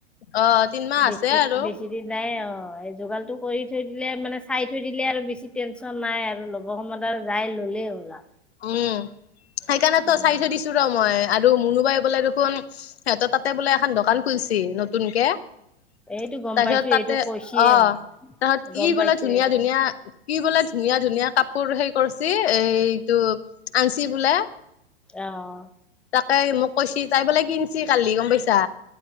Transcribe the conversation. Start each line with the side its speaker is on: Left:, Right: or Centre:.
Left: অ তিনমাহ আছে
Centre: বেছি
Left: আৰু
Centre: বেছি নাই অ'। এই যোগাৰটো কৰি থৈ দিলে, মানে চাই থৈ দিলে আৰু, বেছি টেনচন নাই আৰু। হব সময়ত আৰু যাই ল'লেই হ'ল আৰু।
Left: উম। সেইকাৰণেতো
Centre: উম
Left: চাই থৈ দিছো ৰ'হ মই, আৰু মুনুবাই বোলে দেখোন সিহঁতৰ তাত তাতে বোলে এখন দোকান খুলছি নতুনকে,
Centre: এইটো
Left: তাৰপিছত
Centre: গম পাইছো
Left: তাতে
Centre: এইটো কৈছিয়ে
Left: অ'হ
Centre: মোক
Left: তাহত কি
Centre: গম
Left: বোলে
Centre: পাইছো
Left: ধুনীয়া
Centre: এইটো
Left: -ধুনীয়া কি বোলে ধুনীয়া -ধুনীয়া কাপোৰ, সেই কৰছি এইটো আনছি বোলে।
Centre: অহ'।
Left: তাকে মোক কৈছি, তাই বোলে কিনছি কালি। গম পাইছা?